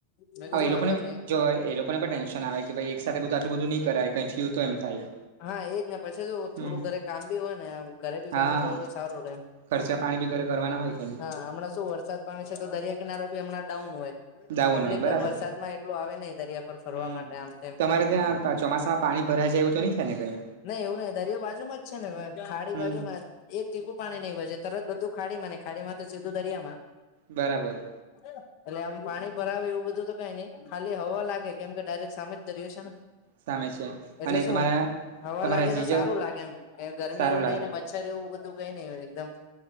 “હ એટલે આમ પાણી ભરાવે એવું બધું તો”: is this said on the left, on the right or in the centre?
Left